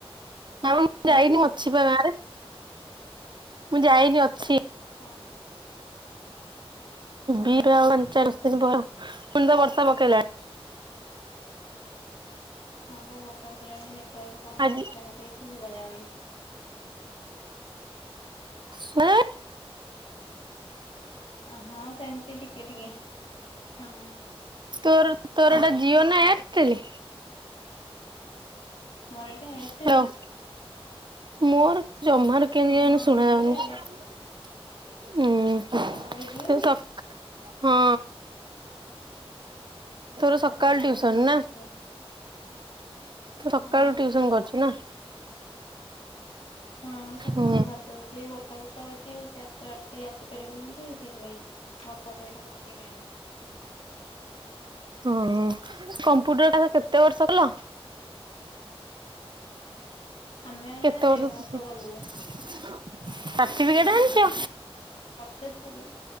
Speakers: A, on the right; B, on the left.
A: ହ ମୁ ମୁ
B: ହୁଁ।
A: ଯାଇନି ଅଛି ଗାଁରେ ମୁଁ ଯାଇନି ଅଛି
B: ଓହୋ ଓହୋ
A: ବିରଚାଳି ପୁଣି ତ ବର୍ଷା ପକେଇଲାଣି
B: ହଁ ବା ବର୍ଷାପକଲାଣି ନେଟୱାର୍କ ତମ ପାାର୍ଟିଟା
A: ଆଜି
B: ମତେ କିଛି ଶୁଭ ଯାଉନି
A: ହୁଁ
B: ହଁ ସେମିତି ଟିକେ ଟିକେ ହଁ
A: ତୋର ତୋର ଟା ଯିଓ ନା ଏୟାରଟେଲ
B: ମୋର ଏଇଟା ଏୟାରଟେଲ୍
A: ହ୍ୟାଲୋ ମୋର ଜମାରୁ କେମତି
B: ହଁ
A: ଶୁଣାାଯାଉନି
B: ମୋର ଏଇଟା ଏୟାରଟେଲ
A: ହଁ
B: ତମର ଜିଓ କି?
A: ସ ହଁ ଥର ସକାଳ
B: ଆଉ ସେଇଥିପାଇଁ
A: ଟ୍ୟୁସନ
B: ହଉନଥିବ
A: ନା ତୁ ସକାଳୁ
B: ହଁ
A: ଟିଉସନ କରୁଛୁ ନା
B: ହଁ ସକାଳୁ
A: ହୁଁ
B: ସାରି ଦଉଛି ବର୍ଷା ବର୍ଷା ହଉଛି ଚାରିଟା ବେଳେ କେହି ଆସିପାରିବେନି ଯେ ସେଇଥିପାଇଁ ବର୍ଷା ଯାଇଲେ ପକେଇଲାଣି
A: ହ କମ୍ପ୍ୟୁଟର କ୍ଲାସ୍ କେତେ ବର୍ଷ କଲା
B: ଆମେ ଏଇଟା
A: କେତେ
B: ଦେଢ
A: ବର୍ଷ ସାର୍ଟିଫିକେଟ
B: ଗଲୁ
A: ଆଣିଛ
B: ସେଥିଲ